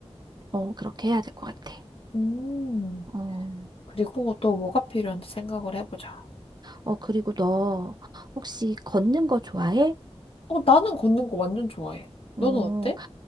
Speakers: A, on the right; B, on the left.
A: 어, 그렇게 해야 될 것 같아.
B: 음,
A: 어,
B: 그리고 또 뭐가 필요한지 생각을 해보자.
A: 어, 그리고 너 혹시 걷는 거 좋아해?
B: 어, 나는 걷는 거 완전 좋아해.
A: 어,
B: 너는 어때?